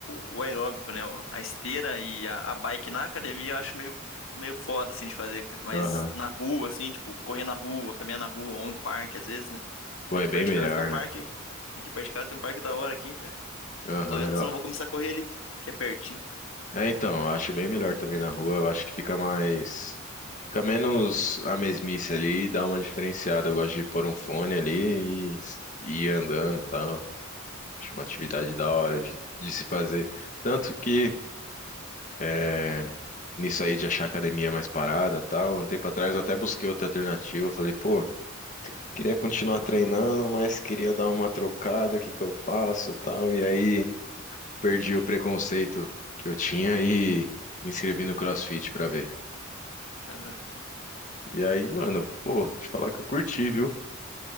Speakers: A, on the left; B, on the left.
A: o aeróbico, né? ó. A esteira e a, a bike na academia eu acho meio, meio foda, assim, de fazer, cara. Mas
B: Aham.
A: na rua, assim, tipo, correr na rua, caminhar na rua, ou em parque, às vezes, né?
B: Pô,
A: Aqui
B: é bem
A: perto
B: melhor,
A: de casa tem um parque.
B: né?
A: Aqui perto de casa tem um parque da hora aqui, cara.
B: Aham.
A: Tô vendo
B: eu-
A: se eu não vou começar a correr ali, que é pertinho.
B: É, então, eu acho bem melhor também na rua, eu acho que fica mais. Fica menos a mesmice ali, dá uma diferenciada. Eu gosto de pôr um fone ali e e ir andando e tal. Acho uma atividade da hora de, de se fazer. Tanto que, é, nisso aí de achar academia mais parada e tal, um tempo atrás eu até busquei outra alternativa. Falei, pô, queria continuar treinando, mas queria dar uma trocada, o que que eu faço e tal. E aí perdi o preconceito que eu tinha e me inscrevi no CrossFit pra ver.
A: Aham.
B: E aí, mano, pô, te falar que eu curti, viu?